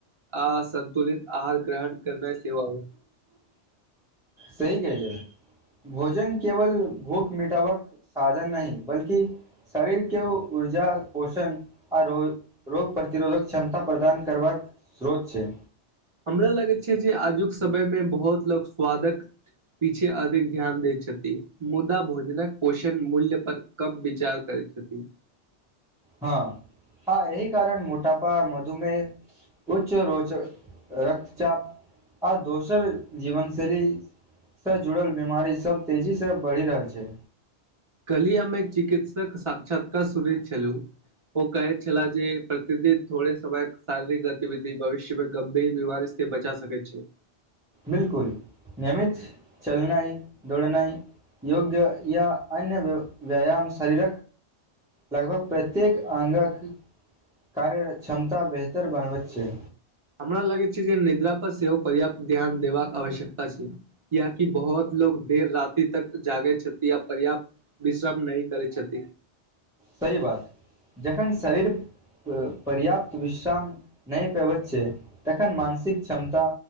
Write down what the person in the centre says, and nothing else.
सही कहल भोजन केवल भूख मिटावक साधन नहि बल्क शरीर के ऊर्जा पोष आ रोग रोग प्रतिरोधक क्षमता प्रदान करबाक स्रोत छ
हँ हँ एहि कारण मोटापा मधुमे उच्च रोचक रक्तचाप आ दोसर जीवन शैल सँ जुड़ल बीमारी सब तेजीसँ बढ़ि रहल छ
बिलकुल नियमित चलनाइ दौड़ना योग्य या अन्य व व्यायम शरीर लगभग प्रत्येक अङ्ग कार्यर क्षमता बेहतर बनबैत छ
सही बात जखन शरी पर्याप्त विश्राम नहि पेब छै तखन मानसिक क्षमत